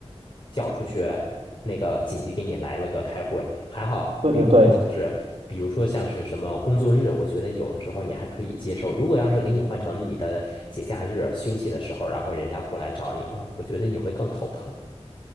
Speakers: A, on the left; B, on the right.
A: 叫出去，那个紧急给你来了个开会，还好，
B: 对对对，
A: 比如说像是，比如说像是什么工作日，我觉得有的时候你还可以接受。如果要是给你换成你的节假日休息的时候，然后人家过来找你啊，我觉得你会更头疼。